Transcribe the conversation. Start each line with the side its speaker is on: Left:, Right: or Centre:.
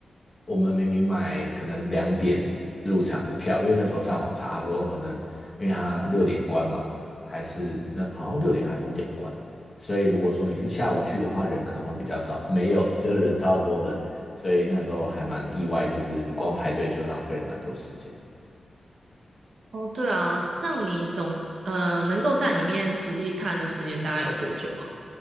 Left: 我们明明买可能两点入场的票，因为那时候上网查，他说可能因为他六点关嘛，还是那好像六点还五点关，所以如果说你是下午去的话，人可能会比较少。没有，只有人超多的，所以那时候还蛮意外，就是光排队就浪费了蛮多时间。
Right: 哦，对啊，这样你总呃能够在里面实际看的时间大概有多久啊？